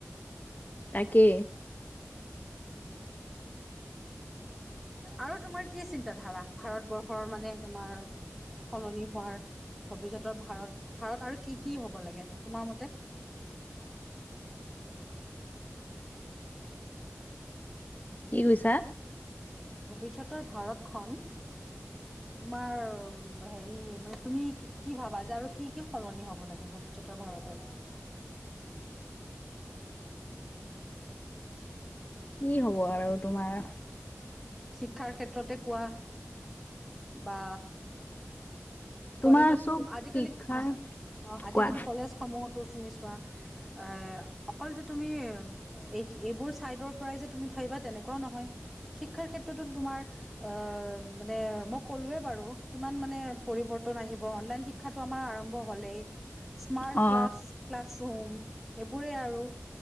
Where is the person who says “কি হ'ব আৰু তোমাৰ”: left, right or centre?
Left